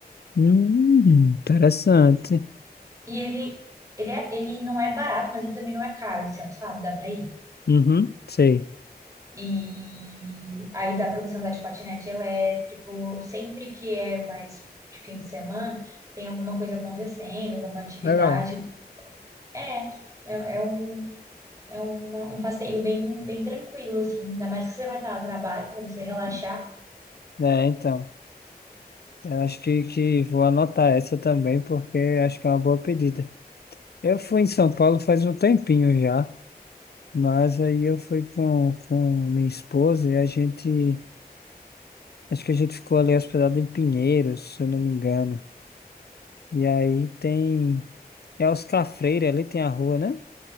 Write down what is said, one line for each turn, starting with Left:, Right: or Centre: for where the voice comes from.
Left: Hum, interessante.
Right: E ele ele, é- ele não é barato, mas ele também não é caro, assim, sabe? Dá pra ir.
Left: Uhum, sei.
Right: E aí dá pra você andar de patinete elétrico. Sempre que é mais de fim de semana, tem alguma coisa acontecendo, alguma atividade.
Left: Legal.
Right: É, é, é um. É uma- um passeio bem, bem tranquilo, assim. Ainda mais que você vai estar a trabalho para você relaxar.
Left: É, então. Eu acho que, que vou anotar essa também, porque acho que é uma boa pedida. Eu fui em São Paulo faz um tempinho já, mas aí eu fui com, com minha esposa e a gente. Acho que a gente ficou ali hospedado em Pinheiros, se eu não me engano. E aí tem. É Oscar Freire, ali tem a rua, né?